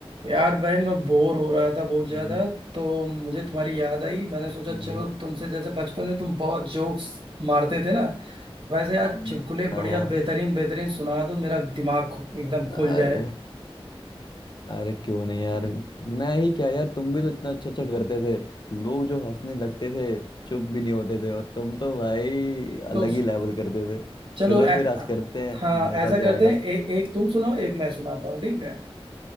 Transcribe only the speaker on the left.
हम्म,
हम्म,
हम्म।
हाँ
अरे
अरे क्यों नहीं यार मैं ही क्या यार तुम भी तो इतना अच्छा अच्छा करते थे लोग जो हंसने लगते थे चुप भी नहीं होते थे और तुम तो भाई अलग
ही लेवल करते थे
चलो
फिर आज करते हैं
मजा
भी
आएगा